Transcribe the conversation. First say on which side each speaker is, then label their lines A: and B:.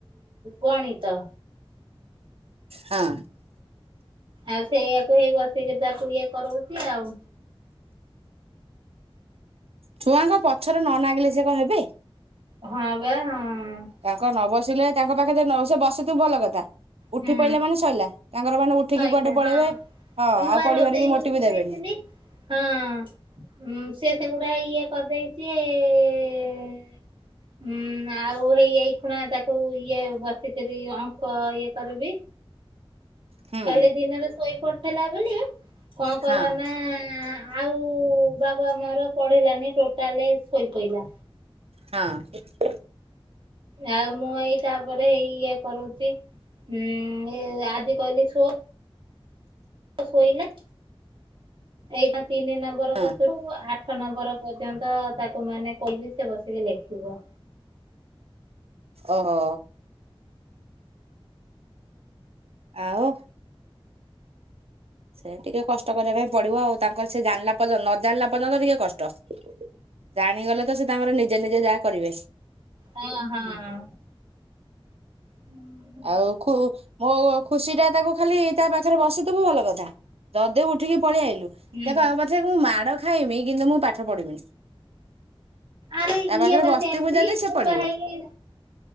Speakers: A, on the right; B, on the right.
A: ଗଣିତ।
B: ହଁ।
A: ଆଉ ସେଇୟାକୁ ହେଇ ବସିକି ତାକୁ ଇଏ କରାଉଛି ଆଉ।
B: ଛୁଆଙ୍କ ପଛରେ ନ ନାଗିଲେ ସେ କଣ ହେବେ।
A: ହଁ ବା, ହୁଁ।
B: ତାଙ୍କ ନ ବସିଲେ ତାଙ୍କ ପାଖରେ ଜଦୀ ନ ବସି ଥିବୁ ଭଲ କଥା। ଉଠି
A: ହୁଁ
B: ପଡିଲେ ମାନେ ସଇଲା। ତାଙ୍କର ମାନେ ଉଠିକି
A: ସଇଲା
B: କୁଆଡେ ପଳେଇବେ
A: ହଁ।
B: ହଁ
A: ମୁଁ
B: ଆଉ
A: ବା
B: ପଢିବାରେ
A: ରୋଷେଇ
B: ବି
A: ଘରକୁ
B: ମୋଟି ବି
A: ଯାଇଥିଲି
B: ଦେବେନି।
A: ହଁ ସେ ସେଗୁଡା ଇଏ କରିଦେଇଛି, ଇ ହୁଁ ଆଉ ହେଇ ଏଇ ଖୁଣା ତାକୁ ଇଏ ବସିକରି ଅଙ୍କ ଇଏ କରିବି।
B: ହୁଁ
A: କାଲି ଦିନରେ ଶୋଇ ପଡିଥିଲା ବୋଲି, କଣ କଲା
B: ହଁ
A: ନା ଆଉ ବାବା ମୋର ପଢିଲାନି ଟୋଟାଲ ଶୋଇପଡିଲା।
B: ହଁ।
A: ଆଉ ମୁଁ ଏଇ ତାପରେ ହେଇ ଇଏ କରୁଛି ହୁଁ ଏ ଆଜି କହିଲି ସୋ ଶୋଇଲା। ଏଇଟା ତିନି ନମ୍ବର
B: ହଁ
A: କତିରୁ ଆଠ ଆଠ ନମ୍ବର ପର୍ଯ୍ୟନ୍ତ ତାକୁ ମାନେ କହିବି ସେ ବସିକି ଲେଖିବ।
B: ଓହୋ। ଆଉ? ସେ ଟିକେ କଷ୍ଟ କରିବା ପାଇଁ ପଡିବ ଆଉ। ତାଙ୍କର ସେ ଜାଣିଲା ପର୍ଯ୍ୟନ୍ତ ନ ଜାଣିଲା ପର୍ଯ୍ୟନ୍ତ ଟିକେ କଷ୍ଟ। ଜାଣିଗଲେ ତ ସେ ତାଙ୍କର ନିଜେ ନିଜେ ଯାହା କରିବେ।
A: ହଁ ହଁ। ହୁଁ।
B: ଆଉ ଖୁ ମୋ ଖୁସି ଟା ତାକୁ ଖାଲି ତା ପାଖରେ ବସିଥବୁ ଭଲ କଥା। ଜଦୀ ଉଠିକି ପଳି ଆଇଲୁ,
A: ହୁଁ।
B: ସେ କହିବ ପଛାକେ ମୁଁ ମାଡ ଖାଇମି କିନ୍ତୁ ମୁଁ ପାଠ ପଢି ବିନି।
A: ଆରେ
B: ତା
A: ଇଏ
B: ପାଖରେ
A: ବା
B: ବସ୍ତିଥିବୁ
A: ସେମିତି
B: ଜଦୀ ସେ
A: ମୁଁ
B: ପଢ଼ିବ।
A: ବା ହେଇ